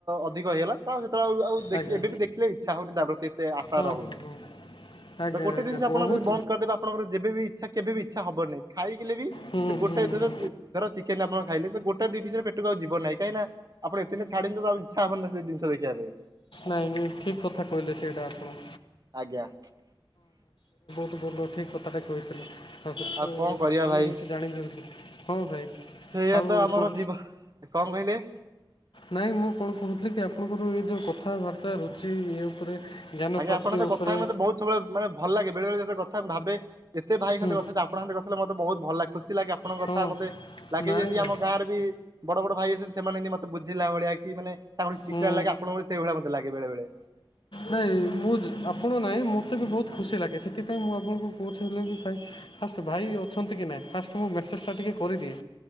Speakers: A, on the right (about 45°); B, on the left (about 75°).
A: ଅଧିକ ହେଲା ତ ଆଉ ଦେଖି
B: ଆଜ୍ଞା
A: ଏବେ ବି ଦେଖିଲେ ଇଚ୍ଛା ହଉନି, ତା ପ୍ରତି ଏତେ ଆଶା
B: ହଁ
A: ରହୁନି
B: ହଁ ହଁ ଆଜ୍ଞା
A: ତ ଗୋଟେ
B: ଆଜ୍ଞା
A: ଜିନିଷ
B: ବହୁତ
A: ଆପଣ ଯଦି ବନ୍ଦ ର ଯେବେ ବି ଇଚ୍ଛା, କେବେ ବି ଇଚ୍ଛା ହବନାହିଁ। ଖାଇଲେ ବି
B: ହୁଁ
A: ସେ ଗୋଟେ
B: ହୁଁ
A: ଧର,
B: ହୁଁ
A: ଚିକେନ ଆପଣ ଖାଇଲେ ଗୋଟେ ଦି ପିସରେ ପେଟକୁ ଆଉ ଯିବନାହିଁ, କାହିଁକି ନା ଆପଣ ଏତେ ଦିନ ଛାଡିଛନ୍ତି ତ ଆଉ ଇଚ୍ଛା ହବନି ସେ ଜିନଷ ଦେଖିବା ପାଇଁ
B: ନାଇଁ, ନାଇଁ, ଠିକ କଥା କହିଲେ ସେଇଟା ଆପଣ
A: ଆଜ୍ଞା।
B: ତେ ଭଲ ଠିକ୍ କଥାଟା କହିଥିଲେ, ତା ସହିତ
A: ଆଉ
B: ତ,
A: କଣ କରିବା
B: ଶୁଣି
A: ଭାଇ
B: ହେଉଛି ଜାଣିବି ହେଉଛି, ହଁ ଭାଇ
A: ସେଇଆ
B: ଆଉ
A: ତ, ଆମର
B: କ'ଣ
A: ଜୀବ କଣ କହିଲେ?
B: ନାଇଁ ମୁଁ କଣ କହୁଥିଲି କି- ଆପଣଙ୍କର ଏଇ ଯୋଉ କଥାବାର୍ତ୍ତା ରୁଚି ଇଏ ଉପରେ ଜ୍ଞାନ
A: ଆଜ୍ଞା,
B: ପ୍ରାପ୍ତି
A: ଆପଣଙ୍କ
B: ଉପରେ
A: କଥା ମତେ ବହୁତ ସବୁବେଳେ ଭଲ ଲାଗେ ବେଳେ ବଳେତ କଥା ଭାବେ। ଏତେ ଭାଇ
B: ହୁଁ
A: ସା କଥା ଆପଣଙ୍କ କଥିଲେ ମତେ ବହୁ ଭଲ ଲାଗୁସି <unintelligible> ଏମିତି ଲାଗେ ଆପଣଙ୍କ
B: ହଁ
A: କଥା ମତେ ଲାଗେ
B: ନାଇଁ
A: ଯେମିତି
B: ଭାଇ
A: ଆମ ଗାଁରେ ବି ବଡ ବଡ ଭାଇ ଅଛନ୍ତି। ସେମାନେ ଏିମିତି ମତେ ବୁଝିଲା ଭଳିଆ କି ମାନେ ତାଙ୍କଠୁ ଶିଖିଲା
B: ହୁଁ
A: ଲାଗି ଆପଣ ସେଇଭଳିଆ ମତେ ଲାଗେ ବେଳେବେଳେ।
B: ନାହିଁ ମୁଁ ଆପଣ ନାହିଁ ମୋତେ ବି ବହୁତ୍ ଖୁସି ଲାଗେ ସେଥିପାଇଁ ମୁଁ ଆପଣଙ୍କୁ କହୁଛି ହେଲେ ବି ଖାଇ ଭାଇ ଅଛନ୍ତି କି ନାଇଁ, ଫାଷ୍ଟ ମୁଁ ମେସେଜ ଟା ଟିକେ କରିଦିଏ,